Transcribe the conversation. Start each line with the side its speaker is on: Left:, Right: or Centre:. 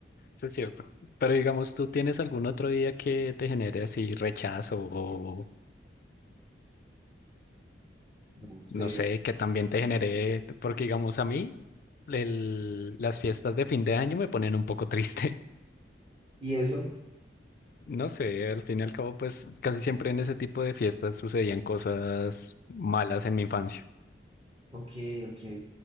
Left: eso es cierto. Pero digamos, ¿tú tienes algún otro día que te genere así rechazo o
Right: No sé.
Left: no sé, que también te genere, porque digamos a mí, el- las fiestas de fin de año me ponen un poco triste.
Right: ¿Y eso?
Left: No sé, al fin y al cabo, pues casi siempre en ese tipo de fiestas sucedían cosas malas en mi infancia.
Right: Ok, ok.